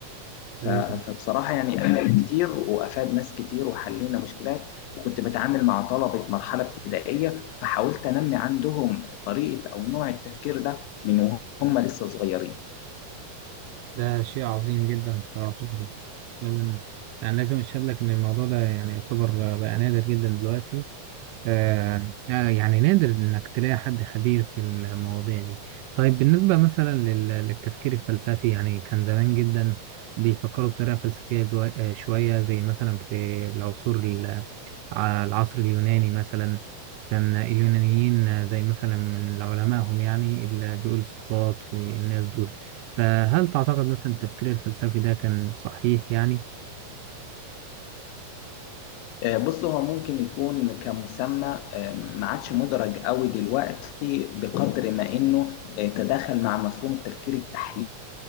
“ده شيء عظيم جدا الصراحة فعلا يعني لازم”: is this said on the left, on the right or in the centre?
Right